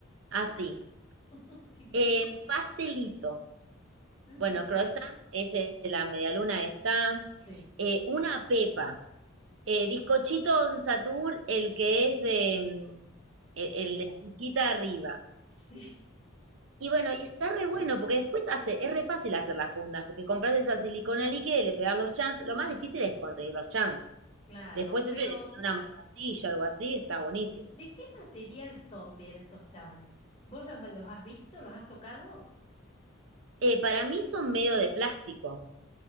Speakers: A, on the right; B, on the left.
A: así,
B: Ah, <laughs> chiquitito.
A: eh, pastelito,
B: Ujú,
A: bueno, croissant, ese, la medialuna está,
B: Sí,
A: eh, una pepa, eh, bizcochito Don Satur, el que es de mm, el, el de azuquita arriba.
B: sí,
A: Y bueno, y está re bueno, porque después hace, es re fácil hacer las fundas, porque compras esa silicona líquida y le pegas los charms. Lo más difícil es conseguir los charms.
B: <laughs> claro,
A: Después
B: pero...
A: ese le pones una mostacilla, algo así, está buenísimo.
B: ¿De qué material son bien esos charms? ¿Vos los, los has visto? ¿Los has tocado?
A: Eh, para mí son medio de plástico.